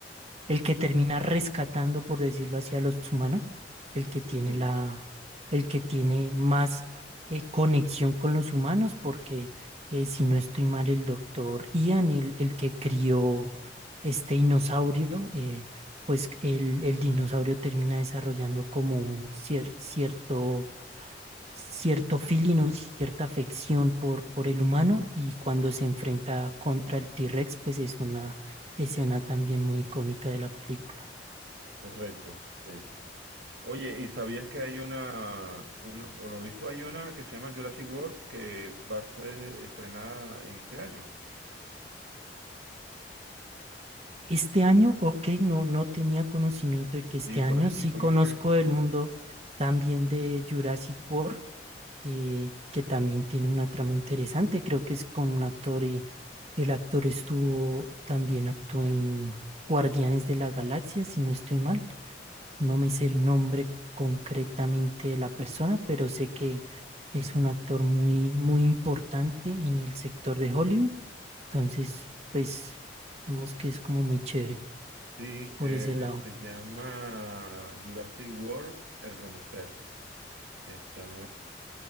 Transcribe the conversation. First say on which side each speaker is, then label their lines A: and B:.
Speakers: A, on the right; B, on the right.
A: el que termina rescatando, por decirlo así, a los humanos, el que tiene
B: sí,
A: la, el que tiene más eh, conexión con los humanos, porque eh, si no estoy mal, el doctor Ian, el, el que crió este dinosaurio, eh, pues el, el dinosaurio termina desarrollando como un cier- cierto cierto feeling o cierta afección por, por el humano y cuando se enfrenta contra el T-Rex, pues es una escena también muy icónica de la película.
B: correcto, sí. Oye, ¿y sabías que hay una, una, por lo visto hay una que se llama Jurassic World que va a ser estrenada en este año?
A: Este año, ok, no, no tenía conocimiento de que este
B: Sí, por
A: año
B: allí
A: sí
B: como
A: conozco
B: que he escuchado.
A: el mundo también de Jurassic World, eh, que también tiene una trama interesante, creo que es con un actor, eh, el actor estuvo, también actuó en Guardianes de la Galaxia, si no estoy mal. No me sé el nombre concretamente de la persona, pero sé que es un actor muy, muy importante en el sector de Hollywood. Entonces, pues, vemos que es como muy chévere
B: Sí,
A: por
B: eh,
A: ese lado.
B: se llama Jurassic World El Renacer. Está